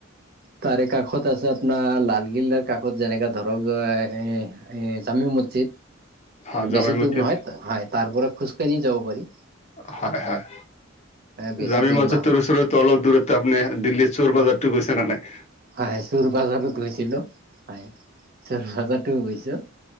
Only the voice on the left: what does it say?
হা জামে
মছজিদ
হয় হয়,
জামি
মছজিদ
তোৰ ওচৰতো অলপ দূৰত আপুনি দিল্লীৰ চোৰ বজাৰতো গৈছা নে নাই?